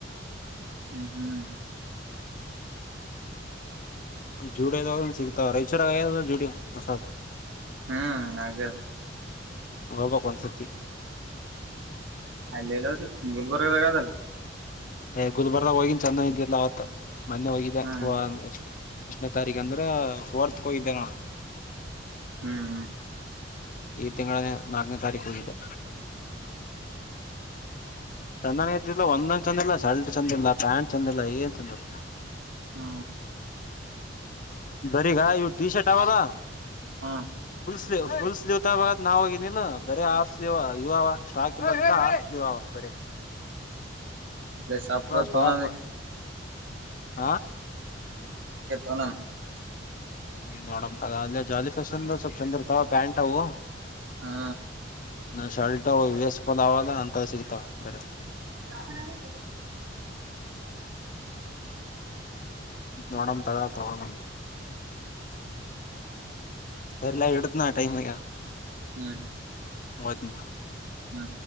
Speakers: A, on the right (about 90°); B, on the left (about 45°).
A: ಹ್ಮ್ ಹ್ಮ್
B: ಜುಡಿಿಯದಾಗ ಸಿಗ್ತಾವ ರೈಚೂರಾಗ ಜುಡಿ ಮಸ
A: ಹ್ಮ್ ಹಾಗ
B: ಬ ಕನ್ ಸತಿ
A: ಆಲ್ಲಲ್ಲದು ಬದ ಬರ್ದ ಗದಲ್ಲ
B: ಏ್ ಗುಲ್ಬರ್ ಹೋಗಿನ್ ಚಂದ ಇದ್ದಿಲ್ಲ ಅವತ್ತು ಮೊನ್ನೆ ಹೋಗಿದ್ದ
A: ಹ್ಮ್
B: ಹೂ ಎಷ್ಟು ಎನೇ ತಾರೀಕ ಅಂದ್ರ ಫೋರ್ತ್ಗೆ ಹೋಗಿದ್ದೆ ನೋ
A: ಹ್ಮ್
B: ಈ ತಿಂಗಳಗಳನ್ನು ನಾಗನ ತಾರಿ ಕೂೋಗಿದೆ ಚೆಂದನ ಇದ್ದಿಲ್ಲ ಒಂದೊಂದ್ ಚಂದಿಲ್ಲ ಶರ್ಟ್ ಚಂದಿಲ್ಲ ಪ್ಯಾಂಟ್ ಚಂದಿಲ್ಲ ಏನ್ ಚಂದಿಲ್ಲ
A: ಹ್ಮ
B: ಬರೀಗ ಇವವು ಟೀ ಶರ್ಟ್ ಅವಲ್ಲಾ
A: ಹಾ
B: ್ ಫುಲ್ ಸ್ಲೀವ್ ತ ನಾ ಹೋಗಿಲ್ಲ ಬರೀ ಆಫ್ ಸ್ಲೀವ ಇವ ಸ್ಟಾಕ್ ಇ ಸ್ಲೀವ್ ಅವ ಬರ
A: ಎ ಸಾಪಡೋ
B: ಸ್ಟಾಕ್
A: ತನ
B: ಹಾ
A: ಹಣ
B: ಹ್ಮ ನೋಡಂಂತ ಅಲ್ಲಿ ಜಾಲಿ ಫ್ಯಾಷನ್ ಸ್ವಲ್ಪ್ ಚಂದ ಇರ್ತಾವ ಪ್ಯಾಂಟ್ ಅವು
A: ಹಾ
B: ನ ಶರ್ಟ್ ವೇಸ್ಫಲ್ ಅವಲ್ಲ ಅಂತ ಸಿಗ್ತಾವ ಬರ
A: ಚಾಮನಾಲ ಸಗ
B: ನೋಡಮ ತಗ ತಂತ
A: ಹ್ಮ
B: ಸರಿಲ್ಲ ಇಡತ್ ನ ಟೈಮ ಹಗ
A: ಹ್ಮ್
B: ಮದ
A: ಹಾ